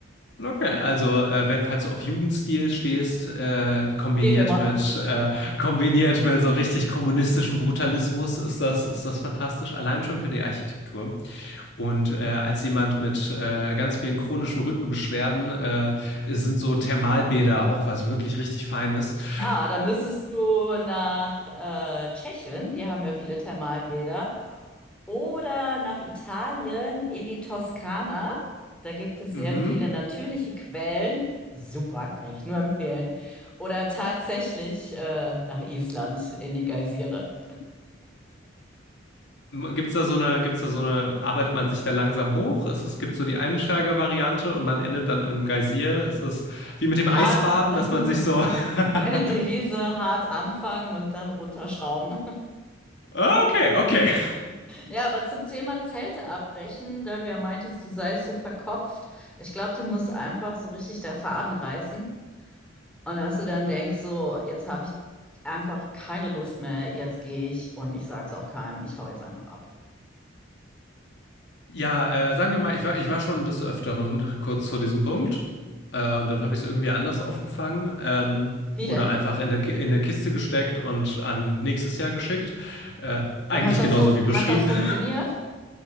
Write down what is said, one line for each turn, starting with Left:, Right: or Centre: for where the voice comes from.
Left: okay, also äh, wenn, falls du auf Jugendstil stehst, äh, kombiniert
Centre: Geht immer.
Left: mit äh, kombiniert mit so richtig kommunistischem Brutalismus, ist das ist das fantastisch. Allein schon für die Architektur. Und äh, als jemand mit äh, ganz vielen chronischen Rückenbeschwerden äh, sind so Thermalbäder auch was wirklich richtig Feines. <laughs>
Centre: Ah, dann müsstest du nach äh, Tschechien, die haben ja viele Thermalbäder, oder nach Italien in die Toskana. Da gibt es
Left: mhm.
Centre: sehr viele natürliche Quellen. Super, kann ich nur empfehlen. Oder tatsächlich äh, nach Island in die Geysire.
Left: Gibt's da so eine, gibt's da so eine, arbeitet man sich da langsam hoch? Es, es gibt so die Einsteiger-Variante und man endet dann im Geysir. Es ist wie mit dem
Centre: Hart,
Left: Eisbaden,
Centre: <laughs>
Left: dass man sich so.
Centre: meine
Left: <laughs>
Centre: Devise, hart anfangen und dann runterschrauben.
Left: okay, okay.
Centre: Ja, aber zum Thema Zelte abbrechen, da du ja meintest, du seist so verkopft, ich glaube, dir muss einfach so richtig der Faden reißen. Und dass du dann denkst, so, jetzt habe ich einfach keine Lust mehr, jetzt gehe ich und ich sag's auch keinem, ich hau jetzt einfach ab.
Left: Ja, äh, sagen wir mal, ich war, ich war schon des Öfteren kurz vor diesem Punkt. Äh, und dann habe ich es irgendwie anders aufgefangen. Ähm,
Centre: Wie
Left: oder
Centre: denn?
Left: einfach in eine, Ki- in eine Kiste gesteckt und an nächstes Jahr geschickt. Äh, eigentlich
Centre: Und hat das
Left: genauso
Centre: fun
Left: wie beschrieben.
Centre: hat das funktioniert?
Left: <laughs>